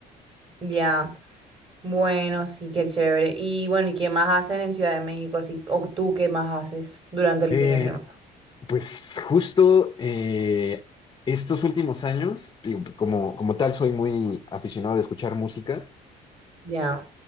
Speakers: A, on the right (about 30°); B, on the left (about 25°).
A: Ya, bueno, sí, qué chévere. Y bueno, ¿y qué más hacen en Ciudad de México? Así, o tú qué más haces durante el
B: Eh,
A: fin de semana.
B: pues justo eh, estos últimos años, digo, como, como tal, soy muy aficionado de escuchar música
A: Ya,